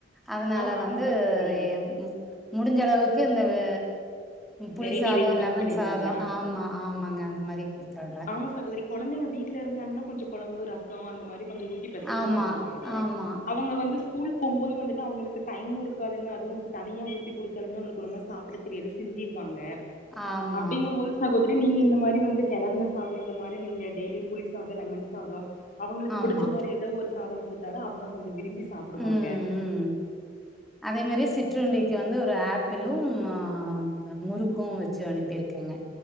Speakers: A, in the centre; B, on the left.
A: அதனால
B: ஆ ஆமா
A: வந்து
B: சகோதரி
A: ஏ முடிஞ்சளவுக் க்கு இந்த வே புளி
B: வெரைட்டி
A: சாதொ
B: ரைஸ் மாரி
A: லெமன்
B: பண்ணிருவீங்களா
A: சாதொ ஆமா ஆமாங்க அந்த மாரி குடுத்து விட்றே
B: ஆமா சகோதரி கொழந்தைங்க வீட்ல இருந்தாங்னா கொஞ்சொ கொழம்பு ரசொ அந்த மாரி கொஞ்ச ஊத்தி பெசஞ்சு
A: ஆமா
B: சாப்டுவாங்க
A: ஆமா
B: அவங்க வந்து ஸ்கூல் போம்போது வந்துட்டு அவ்ங்களுக்கு டைமு இருக்காதுங்க அதுவு இப்ப தனியா ஊத்தி குடுத்தாலுமே அவ்ங்களுக்கு ஒழுங்க சாப்ட தெரியாது சிந்திருவாங்க
A: ஆமா
B: அப்டிங்கம் போது கொஞ் சகோதிரி நீங்க இந்த மாரி வந்து கெளர்ண சாத இந்த மாரி நீங்க டெய்லி புளி சாத லெமன் சாத அவ்ங்களுக்கு
A: ஆமா
B: புடிச்ச மாரி எதோ ஒரு சாத குடுத்தா தா அவ்ங்க கொஞ்ச விரும்பி சாப்டுவாங்க
A: உம் உம் அதே மாரியே சிற்றுண்டிக் கி வந்து ஒரு ஆப்பிளும் ஆஹ் முறுக்கு வச்சு அனுப்பிருக்கேங்க